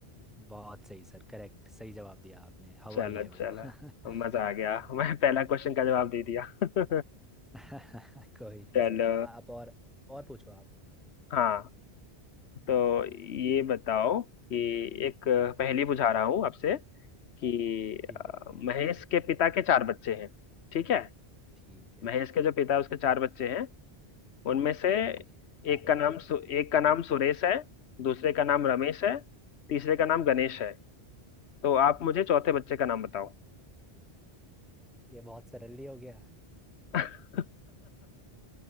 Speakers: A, in the centre; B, on the left.
A: बहुत सही सर करेक्ट सही जवाब दिया आपने हवा
B: चलो
A: ही है वो
B: चलो
A: <laughs>
B: मजा आ गया <laughs> मैं पहला क्वेश्चन का जवाब दे दिया <laughs>
A: <laughs> कोई नहीं
B: चलो
A: सर आप और और पूछो आप
B: हाँ तो ये बताओ कि एक पहेली बुझा रहा हूँ आपसे कि
A: ठीक
B: अ,
A: है ठीक है
B: महेश के पिता के चार बच्चे हैं ठीक है
A: ठीक है
B: महेश के जो पिता है उसके चार बच्चे हैं उनमें से
A: हाँ जी चार
B: एक का
A: बच्चे
B: नाम सु, एक का नाम सुरेश है दूसरे का नाम रमेश है तीसरे का नाम गणेश है तो आप मुझे चौथे बच्चे का नाम बताओ
A: ये बहुत सरल हो गया
B: <laughs>